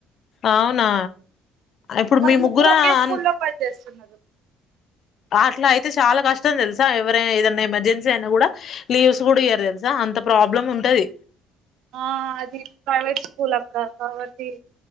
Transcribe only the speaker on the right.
వాళ్ళు
ముగ్గురు ఒకే స్కూల్లో
పని చేస్తున్నారు
ఆ అది ప్రైవేట్ స్కూల్ అక్క కాబట్టి